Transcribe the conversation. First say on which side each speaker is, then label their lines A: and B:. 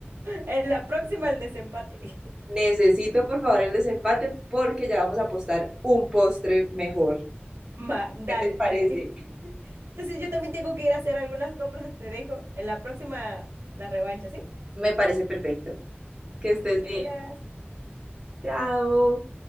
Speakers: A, on the right; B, on the right.
A: En la próxima el desempate. <laughs>
B: Necesito, por favor, el desempate porque ya vamos a apostar un postre mejor.
A: Va, dale,
B: ¿Qué te parece?
A: dale. Entonces yo también tengo que ir a hacer algunas compras, te dejo. En la próxima la revancha, ¿sí?
B: Me parece perfecto. Que estés
A: Sí,
B: bien.
A: te cuidas.
B: Chao.